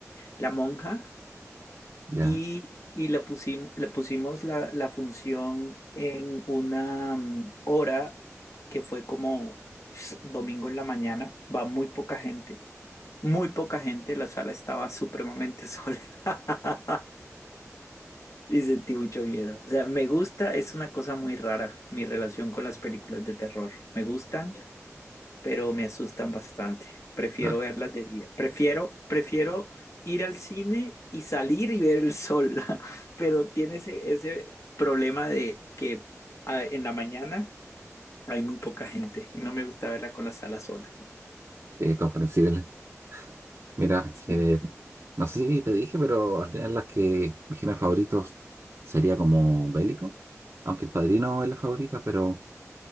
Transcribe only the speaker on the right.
Ya,
claro.
Eh, comprensible. Mira,
eh, no sé si te dije, pero al final las que mis géneros favoritos sería como bélico. Aunque El Padrino es la favorita, pero...